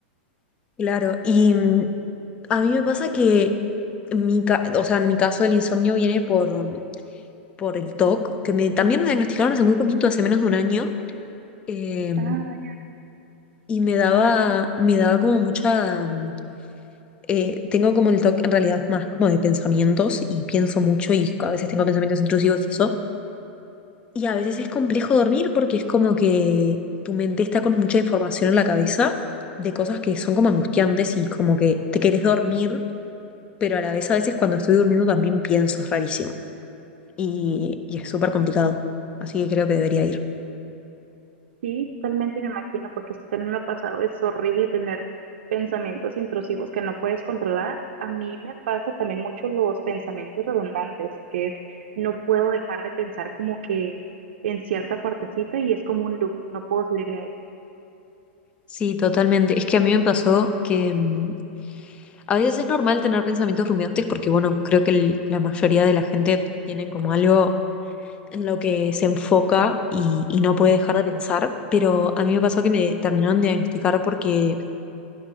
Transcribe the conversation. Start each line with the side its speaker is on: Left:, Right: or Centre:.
Left: Claro, y mm, a mí me pasa que mi ca- o sea, en mi caso el insomnio viene por, por el TOC, que me, también me diagnosticaron hace muy poquito, hace menos de un año, eh,
Right: Ah, vaya.
Left: y me daba, me daba como mucha... mm, eh, tengo como el TOC en realidad más como de pensamientos y pienso mucho y a veces tengo pensamientos intrusivos y eso. Y a veces es complejo dormir porque es como que tu mente está con mucha información en la cabeza de cosas que son como angustiantes y como que te querés dormir, pero a la vez a veces cuando estoy durmiendo también pienso, es rarísimo. Y, y es súper complicado. Así que creo que debería ir.
Right: Sí, totalmente me imagino, porque esto también me ha pasado. Es horrible tener pensamientos intrusivos que no puedes controlar. A mí me pasa también mucho los pensamientos redundantes, que es, no puedo dejar de pensar como que en cierta partecita y es como un loop, no puedo salir de ahí.
Left: Sí, totalmente. Es que a mí me pasó que mm, a veces es normal tener pensamientos rumiantes porque, bueno, creo que el- la mayoría de la gente tienen como algo en lo que se enfoca y, y no puede dejar de pensar, pero a mí me pasó que me terminaron de diagnosticar porque